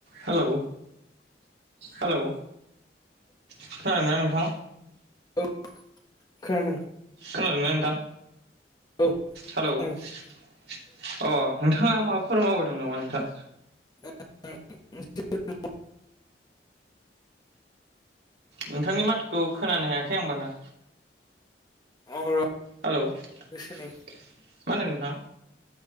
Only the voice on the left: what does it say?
औ खोनादों।
औ
खोनादों
<unintelligible>
औ र'।
सोलाय